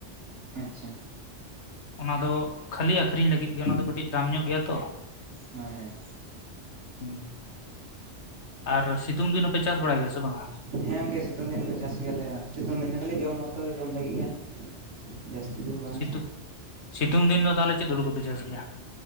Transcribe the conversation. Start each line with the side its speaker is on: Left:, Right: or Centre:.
Right: ᱟᱪᱪᱷᱟ᱾
Left: ᱚᱱᱟ ᱫᱚ ᱠᱷᱟᱹᱞᱤ ᱟᱠᱷᱨᱤᱧ ᱞᱟᱹᱜᱤᱫ ᱜᱮ ᱚᱱᱟ ᱫᱚ ᱠᱟᱹᱴᱤᱡ ᱫᱟᱢ ᱧᱚᱜ ᱜᱮᱭᱟ ᱛᱚ,
Right: ᱦᱮᱸ ᱦᱮᱸ,
Left: ᱦᱩᱸ᱾ ᱟᱨ ᱥᱤᱛᱩᱝ ᱫᱤᱱ ᱦᱚᱸ ᱯᱮ ᱪᱟᱥ ᱵᱟᱲᱟᱭ ᱜᱮᱭᱟ ᱥᱮ ᱵᱟᱝᱟ?
Right: ᱦᱮᱸ ᱜᱚᱝᱠᱮ ᱥᱤᱛᱩᱝ ᱫᱤᱱ ᱞᱮ ᱪᱟᱥ ᱜᱮᱭᱟᱞᱮ ᱥᱤᱛᱩᱝ ᱫᱤᱱ ᱫᱚ ᱠᱷᱟᱹᱞᱤ ᱡᱚᱢ ᱢᱚᱛᱚ ᱡᱚᱢ ᱞᱟᱹᱜᱤᱫ ᱜᱮ᱾ ᱡᱟᱹᱥᱛᱤ ᱫᱚ ᱵᱟᱝᱟ᱾
Left: ᱥᱤᱛᱩᱝ ᱥᱤᱛᱩᱝ ᱫᱤᱱ ᱫᱚ ᱛᱟᱦᱞᱮ ᱪᱮᱫ ᱦᱩᱲᱩ ᱠᱚ ᱯᱮ ᱪᱟᱥ ᱜᱮᱭᱟ?